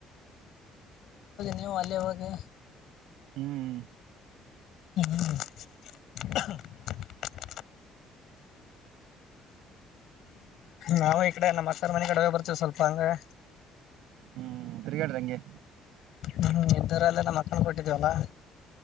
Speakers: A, on the left (about 60°); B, on the right (about 85°).
A: ನೀವು ಅಲ್ಲಿವಾಗಗೆ
B: ಹ್ಮ್
A: ಹ್ಮ ನಾವು ಈ ಕಡೆ ನಮ್ಮ ಅಕ್ಕರ ಮನೆ ಕಡುವ ಬರ್ತೀವಿ ಸ್ವಲ್ಪ ಹಂಗಗೆ
B: ಹ್ಮ್ ತಿರ್ಗಾಡ್ರಂಗೆ
A: ಹ ಇದ್ದರಲ್ಲೆ ನಮ್ಮ ಮಕ್ಕಳ ಕೊಟ್ಟಿದ್ದೀವಲ್ಲ